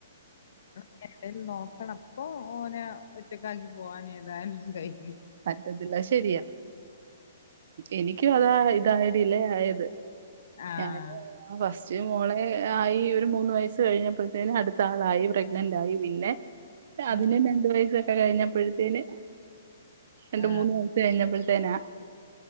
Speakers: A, on the left (about 55°); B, on the right (about 50°).
A: എവടേലും നോക്കണം ഇപ്പൊ ഓനെ ഒറ്റക്കാക്കി പോവാൻ ഏതായാലും കഴി
B: പറ്റത്തില്ല ശെരിയാ എനിക്കും അതാ ഇതായി ഡിലെ ആയത്
A: ആഹ്
B: ഞാന് ആഹ് ഫസ്റ്റ് മോളെ ആയി ഒരു മൂന്ന് വയസ്സ് കഴിഞ്ഞപ്പഴ്ത്തേന് അട്ത്ത ആളായി പ്രഗ്നന്റ് ആയി പിന്നെ അതിനും
A: ആഹ്
B: രണ്ട് വയസ്സൊക്കെ കഴിഞ്ഞപ്പഴ്ത്തേന് രണ്ട്
A: ആഹ്
B: മൂന്ന് വ കഴിഞ്ഞപ്പഴ്ത്തേനാ